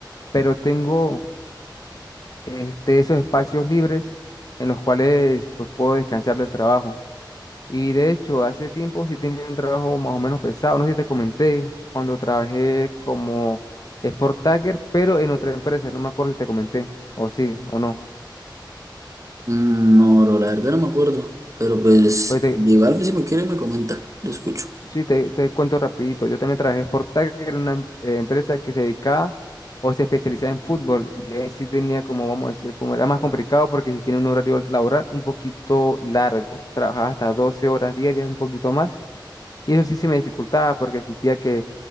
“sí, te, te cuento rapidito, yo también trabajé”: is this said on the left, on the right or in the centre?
Left